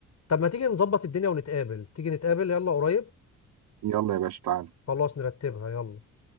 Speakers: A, on the left (about 50°); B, on the right (about 85°).
A: طب ما تيجي نظبط الدنيا ونتقابل تيجي نتقابل يلا قريب
B: يلا يا باشا تعالى
A: خلاص نرتبها يلا